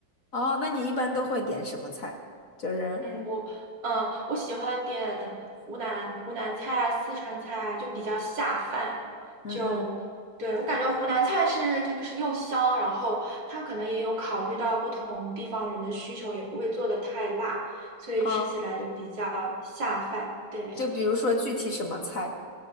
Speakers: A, on the left (about 50°); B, on the right (about 70°).
A: 哦，那你一般都会点什么菜？就是
B: 嗯，我嗯，我喜欢点湖南湖南菜啊、四川菜啊，就比较下饭。
A: 嗯嗯
B: 就对我感觉湖南菜是就是又香，然后它可能也有考虑到不同地方人的需求，也不会做的太辣，所以吃起来就比较下饭。
A: 哦，
B: 对。
A: 就比如说具体什么菜？